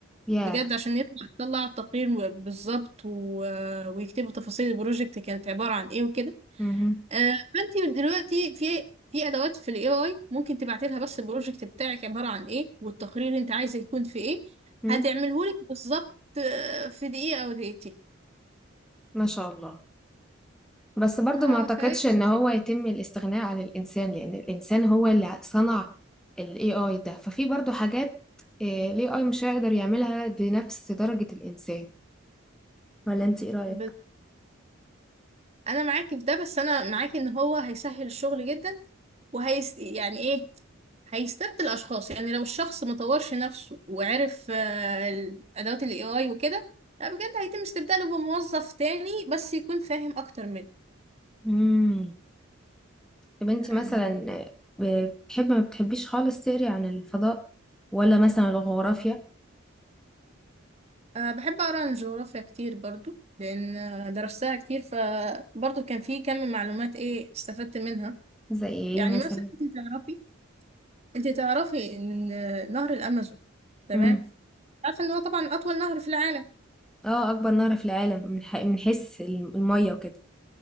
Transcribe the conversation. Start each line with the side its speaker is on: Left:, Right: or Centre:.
Centre: ياه!
Right: بجد عشان يطلع يطلع التقرير بالظبط و- ويكتبوا تفاصيل البروجكت كانت عبارة عن ايه وكده
Centre: اهم،
Right: آه، فانت دلوقتي في في ادوات في الاي اي ممكن تبعتي لها بس البروجكت بتاعك عباره عن ايه والتقرير اللي انت عايزه يكون في ايه
Centre: إمم،
Right: هتعمله لك بالظبط آه، في دقيقه او دقيقتين
Centre: ما شاء الله. بس برضو
Right: اه
Centre: ما اعتقدش
Right: فاهم
Centre: ان هو يتم الاستغناء عن الانسان لان الانسان هو اللي صنع ال AI ده ففي برضو حاجات آه، ال AI مش هيقدر يعملها بنفس درجة الانسان ولا انت ايه رأيك؟
Right: بس انا معاكي في ده بس انا معاكي ان هو هيسهل الشغل جدا وهيس يعني ايه هيستبدل الاشخاص يعني لو الشخص ما طورش نفسه وعرف آه، الادوات الاي اي وكده لا بجد هيتم استبداله بموظف تاني بس يكون فاهم اكتر منه
Centre: امم طب انت
Right: يعني
Centre: مثلا آه، بتحبي ما بتحبيش خالص تقري عن الفضاء ولا مثلا الجغرافيا
Right: أه بحب أقرأ عن الجغرافيا كتير برضو لأن آه، درستها كتير فبرضو كان في كم من معلومات إيه استفدت منها
Centre: زي ايه
Right: يعني
Centre: مثلا؟
Right: مثلا أنت تعرفي أنت تعرفي إن آه، نهر الأمازون تمام
Centre: امم
Right: عارفة إن هو طبعا أطول نهر في العالم
Centre: اه اكبر نهر في العالم من ح- من حيث الم- المية وكده